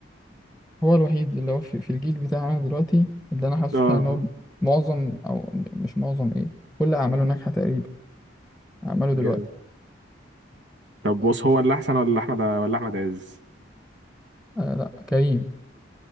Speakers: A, in the centre; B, on the right (about 60°).
A: هو الوحيد اللي هو في, في الجيل بتاعنا دلوقتي اللي انا حاسه
B: اه
A: فعلا ان هو معظم او مش معظم ايه كل اعماله ناجحة تقريبا اعماله
B: جامد
A: دلوقتي
B: طب بص هو اللي احسن ولا احمد ولا احمد عز
A: آه لا كريم